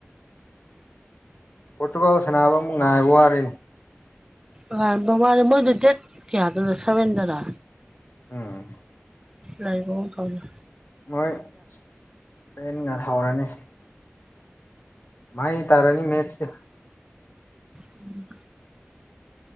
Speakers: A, on the left (about 50°); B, on the right (about 15°).
A: ꯄꯣꯔꯇꯨꯒꯥꯜ ꯁꯥꯟꯅꯕ ꯑꯃꯨꯛ ꯉꯥꯏꯕ ꯋꯥꯔꯦ
B: ꯉꯥꯏꯕꯥ ꯋꯥꯔꯦ ꯃꯣꯏꯗꯣ ꯗꯦꯠ ꯀꯌꯥꯗꯨꯅ ꯁꯚꯦꯟꯗꯔꯥ
A: ꯎꯝ
B: ꯂꯥꯏꯕ ꯑꯃ ꯀꯥꯎꯅ
A: ꯃꯣꯏ ꯏꯁꯄꯦꯟꯒꯥ ꯂꯩꯍꯧꯔꯅꯤ ꯃꯥꯥꯏ ꯇꯔꯥꯅꯤ ꯃꯦꯁ
B: ꯎꯝ